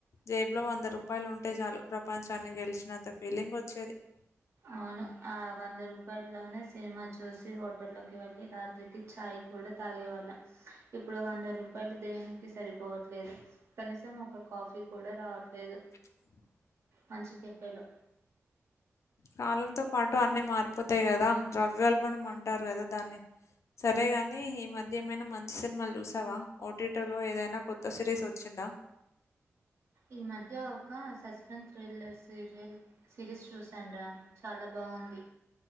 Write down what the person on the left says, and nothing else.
జేబ్లో వంద రూపాయలు ఉంటే చాలు ప్రపంచాన్ని గెలిచినంత ఫీలింగ్ వచ్చేది. <inaudible>
<inaudible>
కాలంతో పాటు అన్ని మారిపోతాయి గదా ద్రవ్యోల్బణం అంటారు కదా దాన్ని సరేగాని ఈ మధ్య ఏమైనా మంచి సినిమాల్ చూసావా ఓటీటోలో ఏదైనా కొత్త సిరీస్ వచ్చిం దా